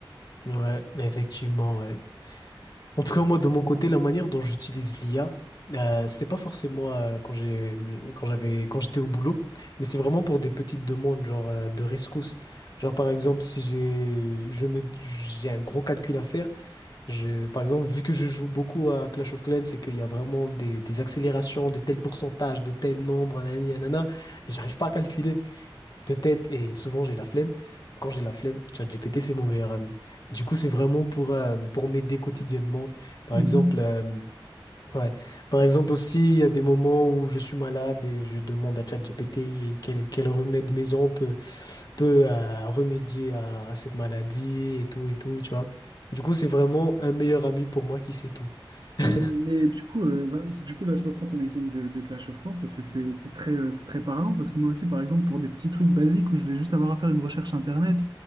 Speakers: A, on the left; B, on the right.
A: Mhm. Ouais, mais effectivement, ouais. En tout cas, moi, de mon côté, la manière dont j'utilise l'IA, euh, c'était pas forcément euh, quand j'ai, quand j'avais, quand j'étais au boulot, mais c'est vraiment pour des petites demandes, genre euh, de rescousse. Genre, par exemple, si j'ai, je me, j'ai un gros calcul à faire, je, par exemple, vu que je joue beaucoup à Clash of Clans et qu'il y a vraiment des, des accélérations de tel pourcentage, de tel nombre, nanani, nanana, j'arrive pas à calculer de tête et souvent j'ai la flemme. Et Quand j'ai la flemme, ChatGPT, c'est mon meilleur ami. Du coup, c'est vraiment pour, euh, pour m'aider quotidiennement. Par
B: Mhm.
A: exemple, euh, ouais. Par exemple aussi, il y a des moments où je suis malade et je demande à ChatGPT et quel, quel remède maison peut, peut euh, remédier à, à cette maladie et tout et tout, tu vois. Du coup, c'est vraiment un meilleur ami pour moi qui sait tout. <laughs>
B: Mais du coup, euh, bah, du coup, là, je reprends ton exemple de, de Clash of Clans parce que c'est c'est très, euh, c'est très parlant. Parce que moi aussi, par exemple, pour des petits trucs basiques où je vais juste avoir à faire une recherche internet